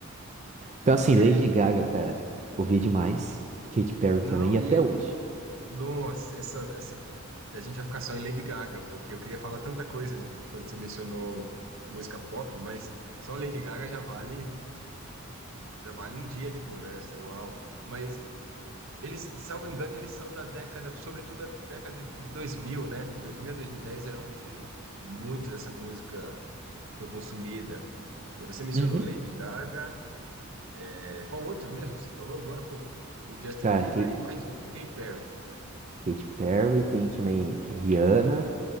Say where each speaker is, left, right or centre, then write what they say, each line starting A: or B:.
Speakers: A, on the right; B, on the right.
A: então, assim,
B: É,
A: Lady
B: é,
A: Gaga, cara, ouvia demais.
B: é.
A: Katy Perry
B: Não,
A: também, e
B: e,
A: até hoje.
B: e nossa, essa, essa, a gente vai ficar só em Lady Gaga, porque eu queria falar tanta coisa de quando você mencionou música pop, mas só Lady Gaga já vale, já vale um dia de conversa, uau. Mas Eles, salvo engano, eles são da década, sobretudo da década de dois mil né? De 2000 a 2010 era onde muito dessa música foi consumida. E você mencionou
A: Uhum.
B: Lady Gaga, é, qual outro mesmo? Você falou agora há pouco. O Justin
A: Cara,
B: Bieber
A: Kate,
B: e mais um, Katy Perry.
A: Katy Perry, tem também Rihanna,